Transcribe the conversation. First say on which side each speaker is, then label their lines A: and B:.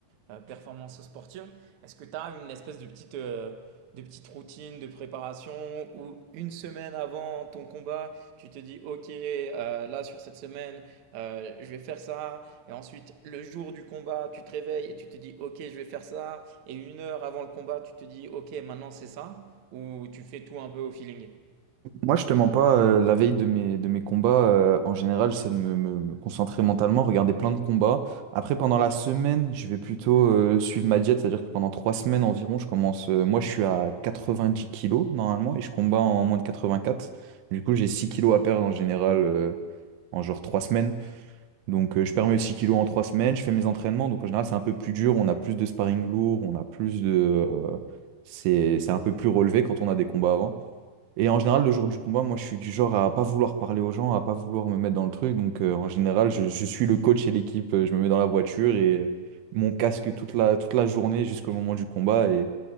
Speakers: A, on the right; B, on the right.
A: euh, performance sportive. Est-ce que tu as une espèce de petite, euh, de petite routine de préparation où une semaine avant ton combat, tu te dis, OK, euh, là, sur cette semaine, euh, je vais faire ça. Et ensuite, le jour du combat, tu te réveilles et tu te dis, OK, je vais faire ça. Et une heure avant le combat, tu te dis, OK, maintenant, c'est ça. Ou tu fais tout un peu au feeling?
B: Moi, je te mens pas, euh, la veille de mes, de mes combats, euh, en général, j'essaie de me, me- me concentrer mentalement, regarder plein de combats. Après, pendant la semaine, je vais plutôt euh, suivre ma diète, c'est-à-dire que pendant trois semaines environ, je commence. euh, moi, je suis à 90 kilos normalement et je combats en moins de 84. Du coup, j'ai 6 kilos à perdre en général euh, en genre trois semaines. Donc, euh, je perds mes 6 kilos en trois semaines, je fais mes entraînements. Donc, en général, c'est un peu plus dur, on a plus de sparring lourd, on a plus de. euh, c'est, c'est un peu plus relevé quand on a des combats avant. Et en général, le jour du combat, moi, je suis du genre à pas vouloir parler aux gens, à pas vouloir me mettre dans le truc. Donc, euh, en général, je, je suis le coach et l'équipe. euh, Je me mets dans la voiture et euh, mon casque toute la, toute la journée jusqu'au moment du combat et